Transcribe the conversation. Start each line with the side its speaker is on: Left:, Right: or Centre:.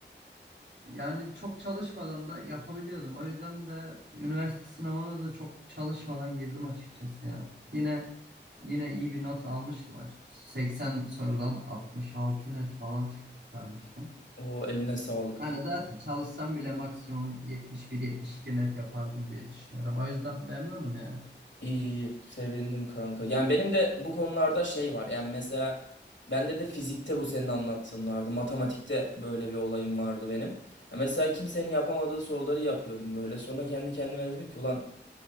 Right: Yani çok çalışmadan da yapabiliyordum. O yüzden de üniversite sınavına da çok çalışmadan girdim açıkçası ya. Yine yine iyi bir not almıştım açıkçası. 80 sorudan 66 net falan çıkarmıştım.
Left: O eline sağlık.
Right: Yani zaten çalışsam bile maksimum 71-72 net yapardım diye düşünüyorum. O yüzden memnunum yani.
Left: İyi, sevindim kanka. Yani benim de bu konularda şey var. Yani mesela bende de fizikte bu senin anlattığın vardı. Matematikte böyle bir olayım vardı benim. Ya mesela kimsenin yapamadığı soruları yapıyordum böyle. Sonra kendi kendime dedim ki ulan